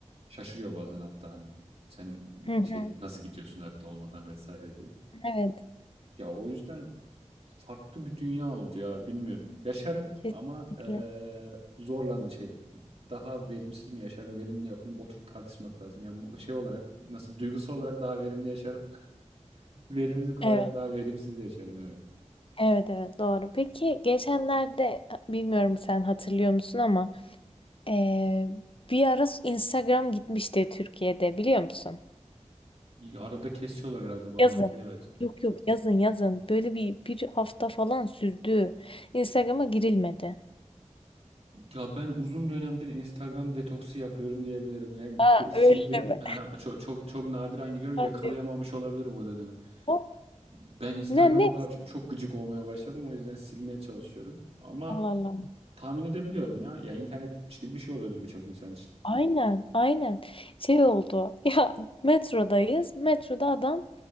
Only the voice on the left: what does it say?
Hı hı.
Evet,
kesinlikle.
Evet,
evet, evet, doğru. Peki geçenlerde bilmiyorum sen hatırlıyor musun ama eee, bir ara Instagram gitmişti Türkiye'de biliyor musun?
Yazın.
Yok yok yazın yazın. Böyle bir bir hafta falan sürdü. Instagram'a girilmedi.
Aa,
öyle mi?
<laughs>
Hadi.
O,
ne ne?
Allah Allah.
Aynen aynen. Şey oldu. <laughs> Ya metrodayız. Metroda adam